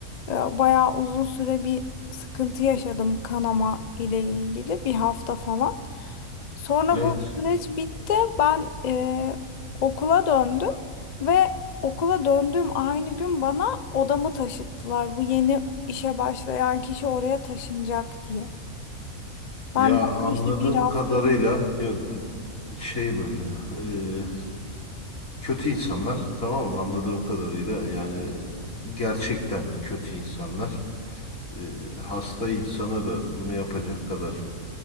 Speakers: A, on the left (about 50°); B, on the left (about 70°).
A: e, bayağı uzun süre bir sıkıntı yaşadım kanama ile ilgili bir hafta falan. Sonra
B: Evet.
A: bu süreç bitti. Ben e, okula döndüm ve okula döndüğüm aynı gün bana odamı taşıttılar. Bu yeni işe başlayan kişi oraya taşınacak diye. Ben
B: Ya
A: daha
B: anladığım
A: işte bir hafta.
B: kadarıyla ya d- şey böyle e, kötü insanlar tamam mı anladığım kadarıyla yani e, gerçekten kötü insanlar E, hasta insana da bunu yapacak kadar